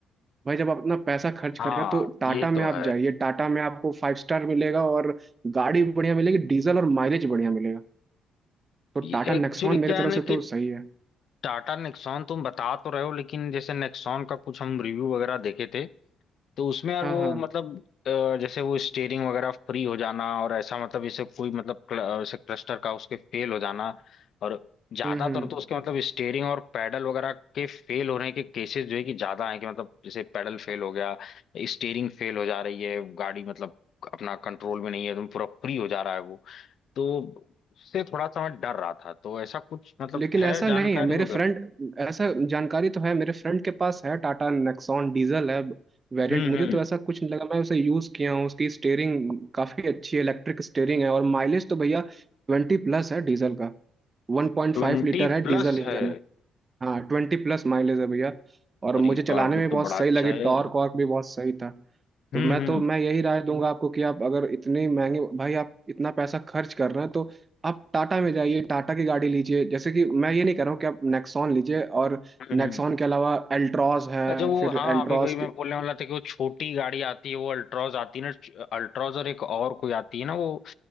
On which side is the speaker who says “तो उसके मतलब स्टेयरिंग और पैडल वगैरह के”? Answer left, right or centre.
Left